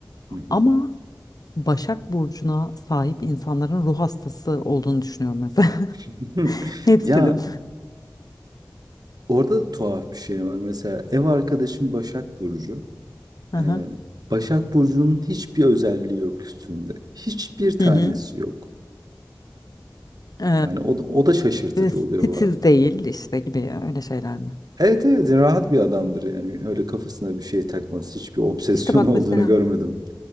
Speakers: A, on the right (about 65°); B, on the left (about 60°).
A: Hı hı.
B: Ama Başak Burcu'na sahip insanların ruh hastası olduğunu düşünüyorum mesela.
A: <laughs>
B: <laughs> Hepsinin.
A: Ya orada da tuhaf bir şey var. Mesela ev arkadaşım Başak Burcu.
B: Aha.
A: Eee, Başak Burcu'nun hiçbir özelliği yok üstünde. Hiçbir tanesi
B: Hı hı.
A: yok.
B: E,
A: Yani o, da- o da şaşırtıcı
B: ve
A: oluyor
B: titiz
A: bazen.
B: değil işte gibi öyle şeyler mi?
A: Evet evet rahat bir adamdır yani. Öyle kafasına bir şey takmaz. Hiçbir obsesyon
B: İşte bak
A: <laughs> olduğunu
B: mesela.
A: görmedim.